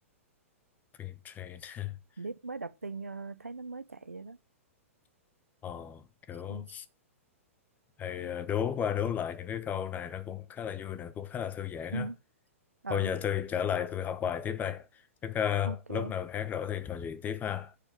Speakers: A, on the left; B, on the right.
A: Vintrain <laughs>
B: Không biết mới đọc tin ờ, thấy nó mới chạy rồi đó
A: Ờ, kiểu
B: ừ.
A: hay ờ, đố qua đố lại những cái câu này nó cũng khá là vui nè cũng khá là thư giãn
B: Ừ.
A: á
B: ờ
A: thôi giờ tôi trở lại tôi học bài tiếp đây chắc ờ,
B: ok
A: lúc nào khác rỗi thì trò chuyện tiếp ha